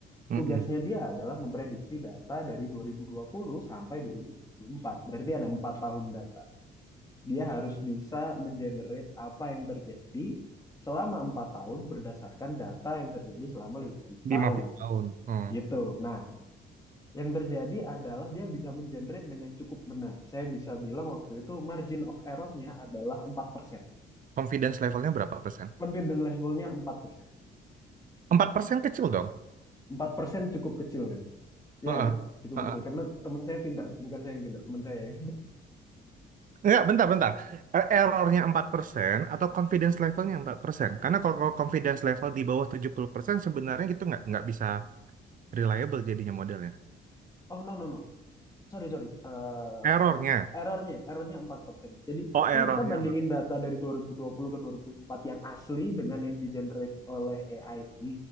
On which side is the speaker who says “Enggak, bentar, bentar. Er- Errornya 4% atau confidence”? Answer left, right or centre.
Right